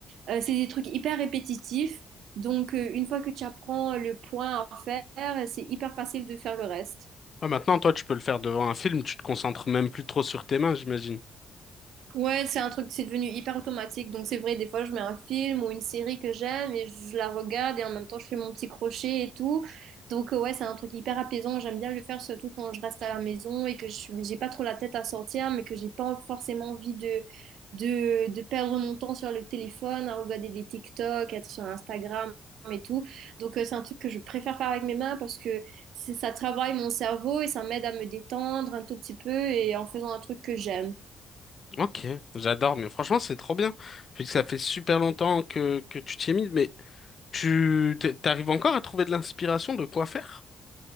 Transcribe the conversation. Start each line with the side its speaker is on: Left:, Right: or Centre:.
Right: Euh, c'est des trucs hyper répétitifs. Donc, euh, une fois que tu apprends le point à faire, c'est hyper facile de faire le reste.
Left: Ouais, maintenant, toi, tu peux le faire devant un film, tu te concentres même plus trop sur tes mains, j'imagine.
Right: Ouais, c'est un truc, c'est devenu hyper automatique. Donc c'est vrai, des fois je mets un film ou une série que j'aime et je la regarde et en même temps je fais mon petit crochet et tout. Donc euh, ouais, c'est un truc hyper apaisant. J'aime bien le faire surtout quand je reste à la maison et que je suis- j'ai pas trop la tête à sortir, mais que j'ai pas forcément envie de, de de perdre mon temps sur le téléphone, à regarder des TikTok, être sur Instagram et tout. Donc euh, c'est un truc que je préfère faire avec mes mains parce que c'est- ça travaille mon cerveau et ça m'aide à me détendre un tout petit peu et en faisant un truc que j'aime.
Left: Ok, j'adore, mais franchement, c'est trop bien. Puis que ça fait super longtemps que, que tu t'y es mis, mais tu t'es- t'arrives encore à trouver de l'inspiration de quoi faire?